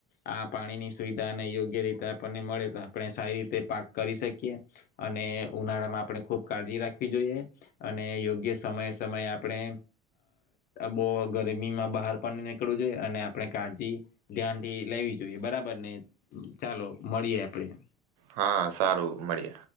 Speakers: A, on the left; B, on the right.
A: આ પાણીની સુવિધા અને યોગ્ય રીતે આપણને મળે તો આપણે સારી રીતે પા કરી શકીએ અને ઉનાળામાં આપણે ખૂબ કાળજી રાખવી જોઈએ અને યોગ્ય સમયે સમયે આપણે બહ ગરમીમાં બહાર પણ નીકળવું જોઈએ અને આપણે કાળજી ધ્યાનથી લેવી જોઈએ બરાબર ને ચાલો મળીએ આપણે.
B: હા સારું મળી.